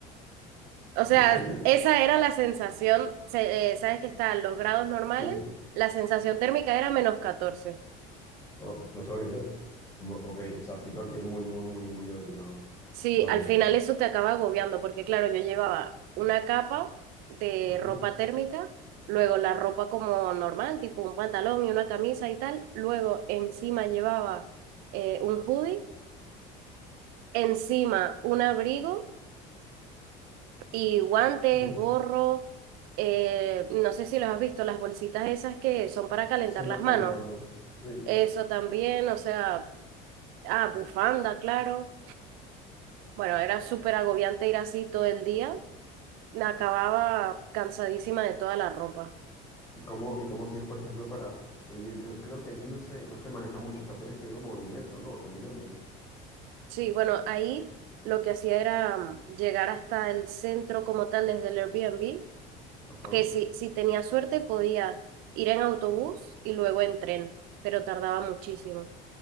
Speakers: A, on the right; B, on the left.
A: O sea,
B: No sabía que...
A: esa era la sensación, se- eh, sabes que están los grados normales,
B: Sí, sí.
A: la sensación térmica era menos 14.
B: Oh, no sabía. Mo- ok, o sea, sí tengo que ir muy, muy, muy, muy abrigado.
A: Sí,
B: Vale,
A: al final eso te acaba agobiando, porque claro, yo llevaba una capa de
B: Ujú,
A: ropa térmica, luego la ropa como normal, tipo un pantalón y una camisa y tal, luego encima llevaba eh, un hoodie, encima un abrigo y guantes,
B: ujú.
A: gorro, eh, no sé si los has visto, las bolsitas esas que son para calentar
B: Sí,
A: las
B: las
A: manos,
B: calentadoras. Sí.
A: eso también, o sea, ah, bufanda, claro. Bueno, era súper agobiante ir así todo el día acababa cansadísima de toda la ropa.
B: ¿Y cómo, y cómo hacías, por ejemplo, para...? Porque yo, yo creo que allí no se, no se maneja mucho. O sea, tienes que ir como en metro, ¿no? Caminando.
A: Sí, bueno, ahí lo que hacía era mm, llegar hasta el centro como tal desde el Airbnb,
B: Ajá.
A: que si, si tenía suerte podía ir en autobús y luego en tren, pero tardaba muchísimo.